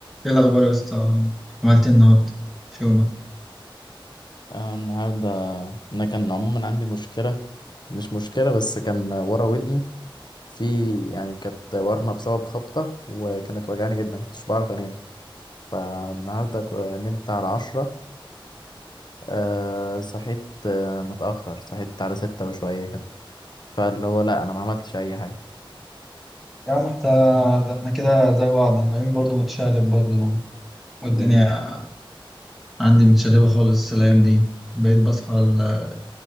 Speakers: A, in the centre; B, on the left.
A: ايه الاخبار يا اسطى عملت ايه النهارده في يومك
B: آه، النهاردة أنا كان عموما عندي مشكلة مش مشكلة بس كان ورا ودني في يعني كانت ورمة بسبب خبطة وكانت وجعاني جدا مش بعرف أنام فالنهاردة ك- نمت على عشرة أه صحيت آه، متأخر صحيت على ستة وشوية كده فاللي هو لأ أنا ما عملتش أي حاجة
A: يا عم احنا احنا كده زي بعض انا يومي برضه متشقلب برضه والدنيا
B: مم.
A: عندي متشلبه خالص الايام دي بقيت بصحى ال-